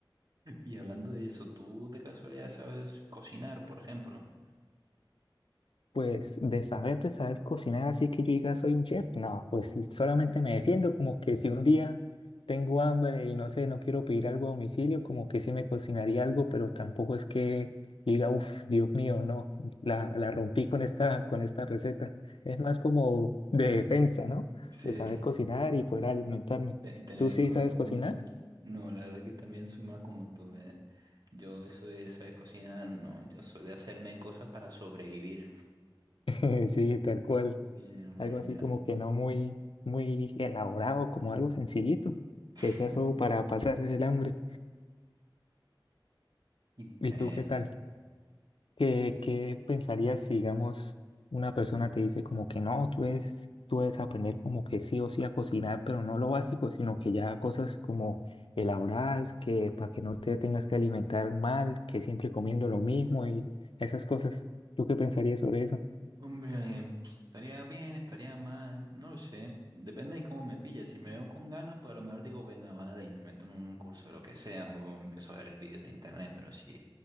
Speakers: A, on the right; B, on the left.
A: Y hablando de eso, ¿tú de casualidad sabes cocinar, por ejemplo?
B: Pues de saber, de saber cocinar, así que yo diga soy un chef, no, pues solamente me defiendo, como que si un día tengo hambre y no sé, no quiero pedir algo a domicilio, como que sí me cocinaría algo, pero tampoco es que diga, uff, Dios mío, no, la, la rompí con esta, con esta receta. Es más como de defensa, ¿no?
A: Sí,
B: De saber cocinar y poder alimentarme.
A: te- tener
B: ¿Tú sí
A: co-
B: sabes cocinar?
A: comida. No, la verdad que también soy más como tú. eh. Yo eso de saber cocinar, no, yo soy de hacerme cosas para sobrevivir
B: <laughs> Sí, tal cual.
A: <laughs> y de no morirme
B: algo así
A: de
B: como
A: hambre.
B: que no muy, muy elaborado, como algo sencillito,
A: <laughs>
B: que sea solo para pasar el hambre.
A: Y pues,
B: ¿Y tú qué tal? ¿Qué, qué pensarías si, digamos, una persona te dice como que no, tú debes, tú debes aprender como que sí o sí a cocinar, pero no lo básico, sino que ya cosas como elaboradas, que para que no te tengas que alimentar mal, que siempre comiendo lo mismo y esas cosas. ¿Tú qué pensarías sobre eso?
A: Hombre, pues, estaría bien, estaría mal, no lo sé. Depende de cómo me pille. Si me veo con ganas, pues a lo mejor digo, venga, vale, y me meto en un curso de lo que sea, o empiezo a ver vídeos de internet, pero si